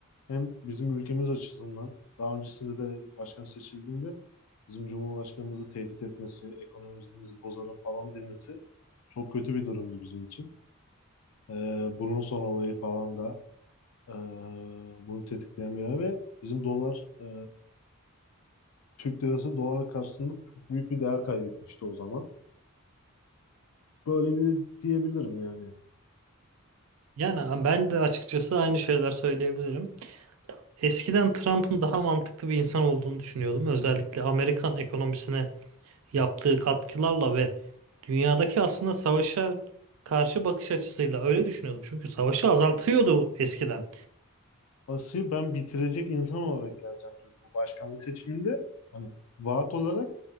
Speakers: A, on the left (about 80°); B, on the right (about 70°).
A: hem bizim ülkemiz açısından daha öncesinde de başkan seçildiğinde bizim Cumhurbaşkanımızı tehdit etmesi, ekonomimizi bozarım falan demesi çok kötü bir durumdu bizim için. Ee, bunun son olayı falan da e, bunu tetikleyen bir yer ve bizim dolar, e, Türk lirası dolar karşısında çok büyük bir değer kaybetmişti o zaman. Böyle bir de diyebilirim yani.
B: Yani ben de açıkçası aynı şeyler söyleyebilirim. Eskiden Trump'ın daha mantıklı bir insan olduğunu düşünüyordum. Özellikle Amerikan ekonomisine yaptığı katkılarla ve dünyadaki aslında savaşa karşı bakış açısıyla öyle düşünüyordum. Çünkü savaşı azaltıyordu eskiden.
A: Asıyı ben bitirecek insan olarak geleceğim diyordu bu başkanlık seçiminde. Hani vaat olarak